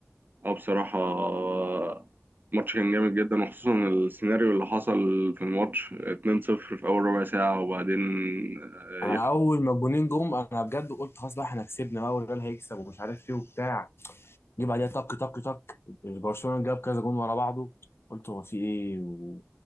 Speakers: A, on the right; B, on the left.
A: اه بصراحه آه، الماتش كان جامد جدا وخصوصا السيناريو اللي حصل في الماتش 2-0 في اول ربع ساعه وبعدين آه،
B: انا
A: يخ...
B: اول ما الجونين جم انا بجد قلت خلاص بقى احنا كسبنا بقى والريال هيكسب ومش عارف ايه وبتاع جه بعديها طك طك طك برشلونه جاب كذا جون ورا بعضه قلت هو في ايه و...